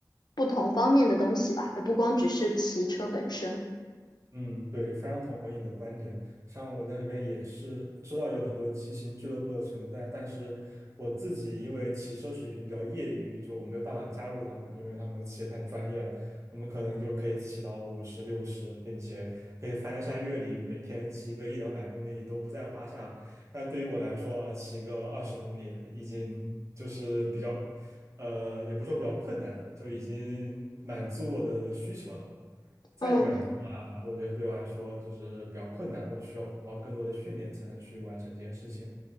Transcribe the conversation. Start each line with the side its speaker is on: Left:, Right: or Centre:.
Left: 不同方面的东西吧，也不光只是骑车本身。
Right: 嗯，对，非常同意你的观点。像我在这边也是知道有很多骑行俱乐部的存在，但是我自己因为骑车水平比较业余，就没有办法加入他们，因为他们骑得太专业了，他们可能就可以骑到五十、六十，并且可以翻山越岭，每天骑个一两百公里都不在话下。但对于我来说，啊，骑个二十公里已经就是比较，呃，也不是说比较困难，就已经满足我的需求了。再远的。
Left: 嗯。
Right: 啊，我觉得对我来说就是比较困难，我需要更多的训练才能去完成这件事情。